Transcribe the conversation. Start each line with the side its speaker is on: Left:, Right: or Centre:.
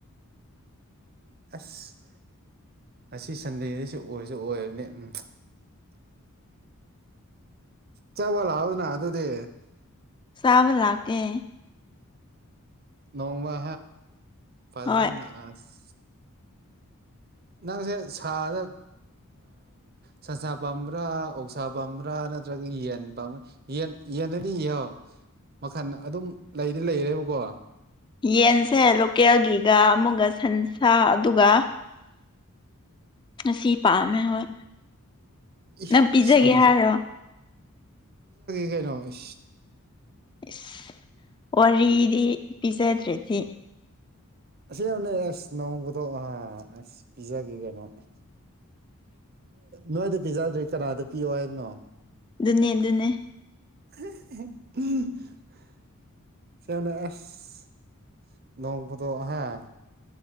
Right: ꯑꯁ ꯑꯁꯤ ꯁꯟꯗꯦꯗꯩꯁꯨ ꯑꯣꯏꯔꯁꯨ ꯑꯣꯏꯕꯅꯤ ꯎꯝ ꯆꯕꯂ ꯍꯥꯎꯗꯅ ꯑꯗꯨꯗꯤ
Left: ꯁꯥꯕ ꯂꯥꯛꯀꯦ
Right: ꯅꯣꯡꯋꯥ ꯐꯖꯅ
Left: ꯍꯣꯏ
Right: ꯑꯁ ꯅꯪꯁꯦ ꯁꯥꯗ ꯁꯟꯁꯥ ꯄꯥꯝꯕ꯭ꯔꯥ ꯑꯣꯛꯁꯥ ꯄꯥꯝꯕ꯭ꯔꯥ ꯅꯠꯇ꯭ꯔꯒ ꯌꯦꯟ ꯄꯥꯝꯕ꯭ꯔꯥ ꯌꯦꯟ ꯌꯦꯟꯅꯗꯤ ꯌꯦꯣ ꯃꯈꯟ ꯑꯗꯨꯝ ꯂꯩꯗꯤ ꯂꯩꯔꯦꯕꯀꯣ
Left: ꯌꯦꯟꯁꯦ ꯂꯣꯀꯦꯜꯒꯤꯒ ꯑꯃꯨꯛꯒ ꯁꯟꯁꯥ ꯑꯗꯨꯒ ꯁꯤ ꯄꯥꯝꯃꯦ ꯍꯣꯏ
Right: ꯏ
Left: ꯅ ꯄꯤꯖꯒꯦ
Right: ꯁꯟꯁ
Left: ꯍꯥꯏꯔꯣ
Right: ꯀ ꯀꯩꯅꯩꯅꯣ ꯏ
Left: ꯏꯁ ꯋꯥꯔꯤꯗꯤ ꯄꯤꯖꯗ꯭ꯔꯦꯗꯤ
Right: ꯁ ꯑꯦꯁ ꯅꯣꯡ ꯀꯗꯁ ꯄꯤꯖꯒꯦ ꯀꯩꯅꯣꯅꯦ ꯅꯣꯏꯗ ꯄꯤꯖꯗ꯭ꯔꯦ ꯀꯅꯥꯗ ꯄꯤꯌꯣ ꯍꯥꯏꯕꯅꯣ
Left: ꯑꯗꯨꯟꯅꯦ ꯑꯗꯨꯟꯅꯦ
Right: <inaudible> ꯁꯅ ꯑꯁ ꯅꯣꯡꯄꯗ ꯍꯥꯏ